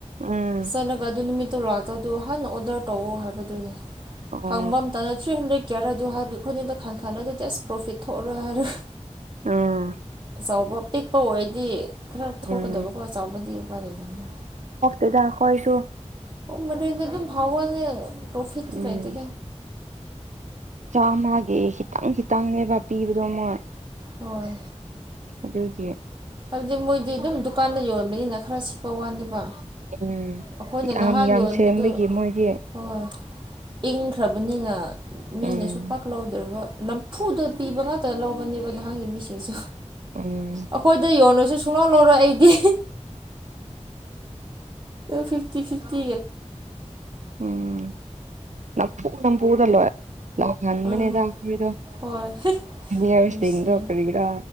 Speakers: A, on the right; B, on the right.
A: ꯎꯝ
B: ꯆꯠꯂꯒ ꯑꯗꯨ ꯅꯨꯃꯤꯠꯇꯨ ꯂꯥꯛꯇꯧꯗꯣ ꯍꯥꯟꯅ ꯑꯣꯔꯗꯔ ꯇꯧꯑꯣ ꯍꯥꯏꯕꯗꯨꯅꯦ
A: ꯑꯣ
B: ꯍꯪꯕꯝꯇꯅ ꯍꯟꯂꯦꯛ ꯀꯦꯌꯥꯔꯥꯗꯨ ꯍꯥꯏꯕ ꯑꯩꯈꯣꯏꯅꯗꯣ ꯈꯪ ꯈꯜꯂꯗ ꯖꯁ ꯄ꯭ꯔꯣꯐꯤꯠ ꯊꯣꯛꯔꯣꯏ ꯍꯥꯏꯔꯣꯏ
A: ꯎꯝ
B: ꯑꯆꯕ ꯄꯤꯛꯄ ꯑꯣꯏꯔꯗꯤ ꯈꯔ ꯊꯣꯛꯀꯗꯕꯀꯣ
A: ꯎꯝ
B: ꯆꯥꯎꯆꯕꯗꯤ ꯎꯄ ꯂꯩꯗꯅꯤ
A: ꯑꯗꯨꯗ ꯀꯣꯏꯁꯨ
B: ꯑꯣ ꯃꯅꯤꯗꯤ ꯑꯗꯨꯝ ꯍꯥꯎꯅꯦ ꯄ꯭ꯔꯣꯐꯤ
A: ꯎꯝ
B: ꯂꯩꯇ
A: ꯆꯥꯝꯃꯒꯤ ꯈꯤꯇꯪ ꯈꯤꯇꯪꯅꯦꯕ ꯄꯤꯕꯗꯣ ꯃꯣꯏ
B: ꯍꯣꯏ
A: ꯑꯗꯨ ꯑꯣꯏꯒꯤ
B: ꯍꯥꯏꯕꯗꯤ ꯃꯣꯏꯗꯤ ꯑꯗꯨꯝ ꯗꯨꯀꯥꯟꯗ ꯌꯣꯟꯕꯅꯤꯅ ꯈꯔ ꯁꯤꯠꯄ ꯋꯥꯅꯦꯕ
A: ꯎꯝ
B: ꯑꯩꯈꯣꯏꯅ
A: ꯌꯥꯝ
B: ꯅꯍꯥꯟ
A: ꯌꯥꯝ
B: ꯌꯣꯟꯕꯗꯨ
A: ꯁꯦꯝꯕꯒꯤ ꯃꯣꯏꯒꯤ
B: ꯍꯣꯏ ꯏꯪꯈ꯭ꯔꯕꯅꯤꯅ ꯃꯤꯅꯁꯨ
A: ꯎꯝ
B: ꯄꯥꯛꯂꯗꯧꯔꯤꯕ ꯅꯝꯐꯨꯗ ꯄꯤꯕ ꯉꯥꯛꯇ ꯂꯧꯕꯅꯦꯕ ꯅꯍꯥꯟꯒꯤ ꯃꯤꯁꯤꯡꯁꯨ
A: ꯎꯝ
B: ꯑꯩꯈꯣꯏꯗ ꯌꯣꯜꯂꯁꯨ ꯁꯨꯡꯅꯣ ꯂꯧꯔꯣꯏ ꯑꯩꯗꯤ ꯐꯤꯐꯇꯤ ꯐꯤꯐꯇꯤ
A: ꯎꯝ ꯅꯄ ꯅꯝꯐꯨ ꯄꯨꯗꯂꯣ ꯍꯟꯃꯅꯤꯗꯈꯗꯣ
B: ꯑꯥ ꯍꯣꯏ
A: ꯅꯤꯌꯥꯕꯁꯤꯣ
B: ꯅꯨꯡꯁꯤꯌꯦ
A: ꯀꯒꯔꯥ